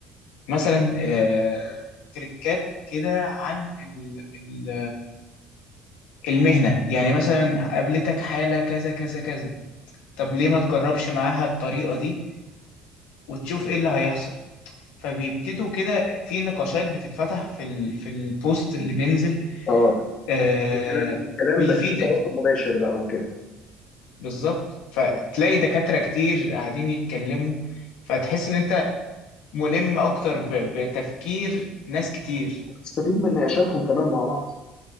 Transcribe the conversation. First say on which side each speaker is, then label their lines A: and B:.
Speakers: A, on the left; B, on the left.
A: مثلا آه تريكات كده عن ال- ال- المهنة يعني مثلا قابلتك حالة كذا كذا كذا طب ليه ما تجربش معاها الطريقة دي وتشوف ايه اللي هيحصل فبيبتدوا كده في نقاشات بتتفتح في ال في البوست اللي بينزل
B: اه
A: آه
B: الكلام الكلام
A: بيفيدك
B: بقى في تواصل مباشر بقى وكده
A: بالظبط فتلاقي
B: اه
A: دكاترة كتير قاعدين يتكلموا فتحس ان انت ملم اكتر ب- بتفكير ناس كتير
B: تستفيد من نقاشاتهم كمان مع بعض